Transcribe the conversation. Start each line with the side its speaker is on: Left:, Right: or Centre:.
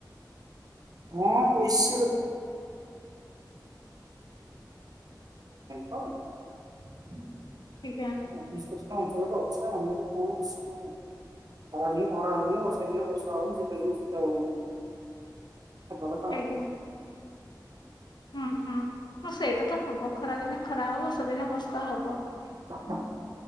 Right: ହଁ ଏସିି <unintelligible> <unintelligible> <inaudible>
Left: ଠିକ୍ ହେ।
Right: <unintelligible> ଖରା ଦିନେ ଖରା ହଉନି ବର୍ଷା ଦିନେ ବର୍ଷା ହଉନି ଶୀତ ଦିନେ ଶୀତ ହଉନି। କଥା
Left: ଆଜ୍ଞା। ହୁଁ ହୁଁଁ ସେଇଟା ତ ହବ ଖରାଦିନେ ଖରା ହବ ବର୍ଷା ଦିନେ ବର୍ଷା ହବ।
Right: <inaudible>